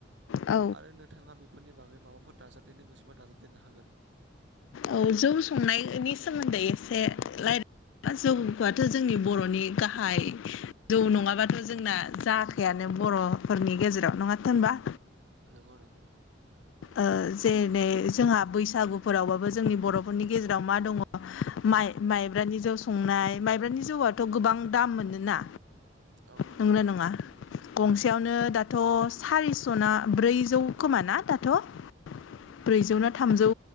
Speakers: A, on the left (about 80°); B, on the right (about 65°).
A: औ
B: आरो नोंथाङा बेफोरनि बागै माबाफोर दाजाबदेरनो गोसोबा दाजाबदेरनो हागोन।
A: औ जौ संनायनि सोमोन्दै एसे रायलाय जौ आथ' जोंनि बर'नि गाहाय। जौ नङाबाथ' जोंना जाखायानो। बर'फोरनि गेजेराव नङा थो होनबा?
B: नोगौ नोंगौ।
A: ओ जेरै जोंहा, बैसागुफोरावबाबो जोंनि बर'फोरनि गेजेराव मा दङ माइ -माइब्रानि जौ संनाय, माइब्रानि जौआथ' गोबां दाम मोनोना।
B: औ औ
A: नंगोना नङा गंसेयावनो
B: नंगौ नंगौ थारैनो
A: दाथ' सारिस' ना ब्रैजौ खोमा ना दा? <unintelligible> ब्रैजौना थामजौ